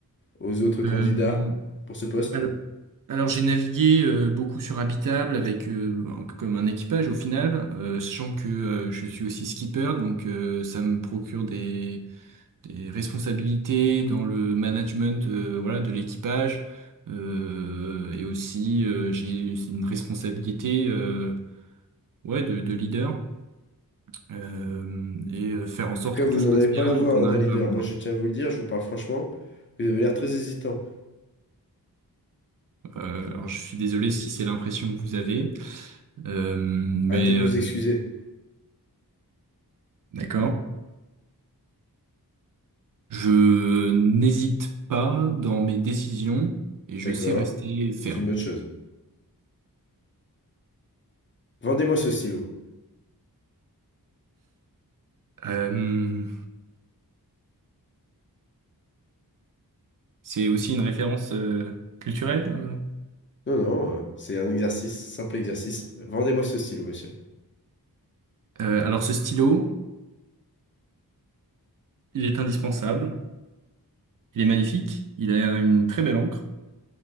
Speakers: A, on the left (about 30°); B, on the right (about 60°).
A: aux autres candidats
B: Euh,
A: pour ce poste?
B: alors,
A: En
B: alors, j'ai navigué euh, beaucoup sur Habitable avec euh, en- comme un équipage au final, euh, sachant que euh, je suis aussi skipper, donc euh, ça me procure des des responsabilités dans le management euh, voilà, de l'équipage. Euh, et aussi, euh, j'ai une responsabilité euh, ouais, de, de leader euh, et euh, faire en sorte
A: tout cas,
B: que
A: vous
B: tout
A: n'en
B: se passe
A: avez pas
B: bien
A: la voix
B: et qu'on
A: hein, d'un
B: arrive
A: leader.
B: à bon
A: Moi,
B: port.
A: je tiens à vous le dire, je vous parle franchement. Vous avez l'air très hésitant.
B: Euh, alors, je suis désolé si c'est l'impression que vous avez, euh, mais
A: Arrêtez de
B: euh,
A: vous excuser.
B: d'accord. Je n'hésite pas dans mes décisions et je
A: D'accord?
B: sais rester ferme.
A: C'est une bonne chose. Vendez-moi ce stylo.
B: Euh, c'est aussi une référence euh, culturelle. euh,
A: Non, non, euh, c'est un exercice, simple exercice. Vendez-moi ce stylo, monsieur.
B: Euh, alors ce stylo, il est indispensable, il est magnifique, il a une très belle encre